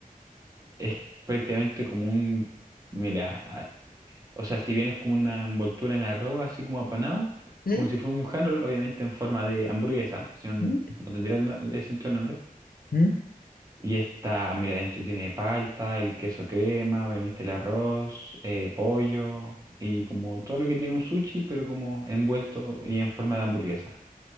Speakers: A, on the right; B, on the left.
A: Es prácticamente como un, mira, ah, o sea, si bien es como una envoltura en arroz, así como apanado,
B: ¿Mm?
A: como si fuera un handroll, obviamente en forma de hamburguesa, si no,
B: ¿Mm?
A: no tendría el, no- el sentido el nombre.
B: ¿Mm?
A: Y esta, mira, dentro tiene palta, el queso crema, obviamente el arroz, eh, pollo y como todo lo que tiene un sushi, pero como envuelto y en forma de hamburguesa.